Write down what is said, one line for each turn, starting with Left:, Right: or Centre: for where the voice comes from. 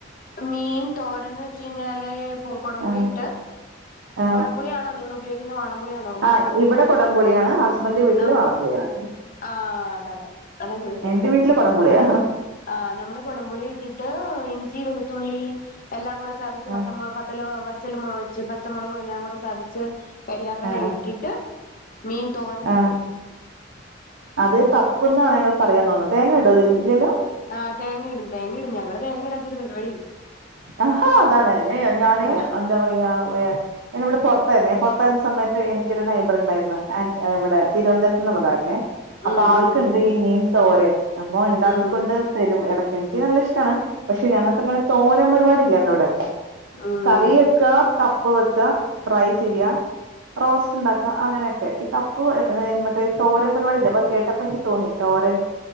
Left: മീൻ തോരന്ന് വെച്ച്കയിഞ്ഞാല് പ്പം കൊടംപുളി
Right: ആ
Left: ഇട്ട്
Right: ആ
Left: കുടംമ്പുളിയാണോ നിങ്ങൾ ഉപയോഗിക്കുന്ന വാളമ്പുളിയാ
Right: ആ ഇവിടെ കൊടംപുളിയാണ് ഹസ്ബൻഡിന്റെ വീട്ടില്
Left: നമ്മള്
Right: വളംപുളിയാണ്
Left: ആഹ് അതാണ് അതാ ചോദിച്ചത്
Right: എന്റെ വീട്ടില് കുടംമ്പുളിയ
Left: ആ നമ്മള് കൊടംപുളി ഇട്ടിട്ട് ഇഞ്ചി വെളുത്തുള്ളി എല്ലാം കൂടെ ചതച്ച്
Right: ആ
Left: പത്തമ പത്തല പച്ചല്മ പച്ച പച്ചമുളകും എല്ലാം കൂടെ ചതച്ച് കരിയാപ്പല
Right: ആ
Left: ഇട്ടിട്ട് മീൻ തോരം
Right: ആ
Left: വെക്കും
Right: അത് തപ്പ്ന്നാ ഞങ്ങൾ പറയാതോന്നുന്ന് തേങ്ങടോ ഇതില് ഇല്ലല്ലോ?
Left: ആഹ് തേങ്ങയിടും തേങ്ങ ഇടും ഞങ്ങള് തേങ്ങ ഇടാത്ത ഒരു പരിപാടില്ല
Right: അഹാ അതാണ് ഞാ യാ ഞാന്
Left: ആഹ്
Right: എന്താ പറയാ വേ ഞാനിവിടെ പുറത്തായിരുന്നേ പുറത്തായിരുന്ന സമയത്ത് എനിക്കൊരു നൈബറുണ്ടായിരുന്നു ആൻ്റ് ഇവിടെ തിരുവനന്തപുരത്ത്ന്ന്ള്ളതായിര്ന്നേ അപ്പൊ
Left: ഉം
Right: ആൾക്കുണ്ട്
Left: ഉം ഉം ഉം
Right: ഈ മീൻ തോരൻ അപ്പൊ ഉണ്ടാക്കിക്കൊണ്ട്
Left: ഉം
Right: തരും ഇടക്ക് എനിക്ക് നല്ല ഇഷ്ടാണ് പക്ഷെ ഞങ്ങൾക്ക് അങ്ങനെ തോരൻ പരിപാടില്ലട്ടോ ഇവിടെ
Left: ഉം
Right: കറി വെക്കാ തപ്പ് വെക്ക ഫ്രൈ ചെയ്യ റോസ്റ്റ് ഉണ്ടാക്ക അങ്ങനെക്കെ ഈ തപ്പു എ മറ്റേ തോരൻ പരിപാടില്ലേ അപ്പത് കേട്ടപ്പോ എനിക്ക് തോന്നി തോരൻ